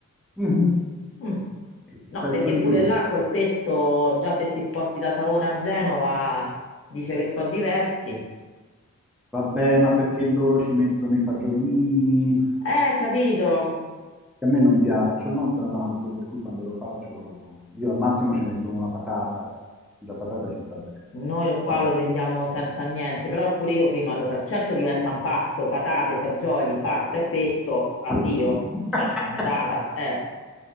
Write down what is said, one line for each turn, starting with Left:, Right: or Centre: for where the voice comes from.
Centre: Mhm.
Left: Mm.
Centre: il
Left: No,
Centre: pesto
Left: perché
Centre: ligure.
Left: pure là col pesto, già se ti sposti da Savona a Genova, dice che sono diversi.
Centre: Vabbè, ma perché loro ci mettono i fagiolini,
Left: Eh, capito.
Centre: che a me non piacciono, tra l'altro, per cui quando lo faccio io al massimo ci metto una patata, la patata ci sta bene.
Left: Noi lo- qua
Centre: Fagiolini.
Left: lo prendiamo senza niente, però pure io prima lo faccio. Certo diventa un pasto, patate, fagioli, pasta e pesto, addio.
Centre: <laughs>
Left: Cioè, è andata, eh.